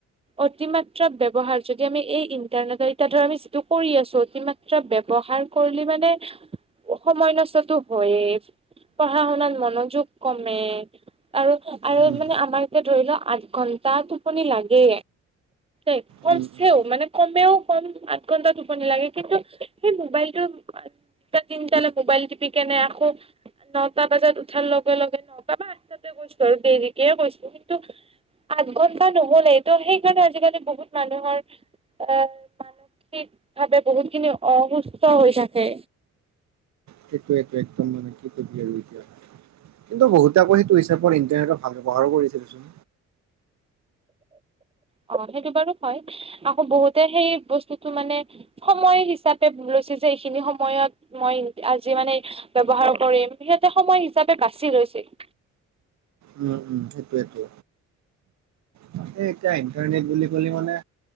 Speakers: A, on the right; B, on the right.
A: অতিমাত্ৰা ব্যৱহাৰ যদি আমি এই ইন্টাৰনেটৰ এতি ধ আমি যিটো কৰি আছো অতিমাত্ৰা ব্যয়ৱহাৰ। াৰ কৰিলে মানে সময় নষ্টতো হয়ে। পঢ়া শুনাত মনোযোগ কমে আৰু আৰু
B: উম
A: মানে আমাৰ এতিয়া ধৰি লওক। আঠ ঘণ্টা টোপনি লাগে একম
B: উম উম
A: চেও মানে। কমেও কম আঠ ঘন্টা টোপনি লাগে কিন্তু সেই মোবাইলটো। টা তিন্ত নে মোবাইল টিপি কেনাই আকৌ। নটা বজাত উঠাৰ লগে লগে নটা বা আঠটাতে গৈছো আৰু দেৰিকেে গৈছো কিন্তু আঠ ঘন্টা নহলেই ত' সেইকাৰণে আজিকালি বহুত মানুহৰ আহ মান ঠিক ভাৱে বহুত খিনি অসুস্থ হৈ থাকে।
B: সেইটোৱেটো <unintelligible> কিন্তু বহুত আকৌ সেইটো হিচাপত ইন্টাৰনেটৰ ভাল ব্যৱহাৰো কৰিছিলোঁচোন।
A: অ সেইটো বাৰো হয় আকৌ বহুতে সেই বস্তুতটো মানে সময় হিচাপে লৈছে। যে এইখিনি সময়ত মই আজি মানে ব্যৱহাৰ কৰিম। সময় হিচাপে বাচি লৈছিল।
B: উম উম সেইটোয়েইেতো তাকেই এতিয়া ইণ্টাৰনেট বুলি। বুলি মানে।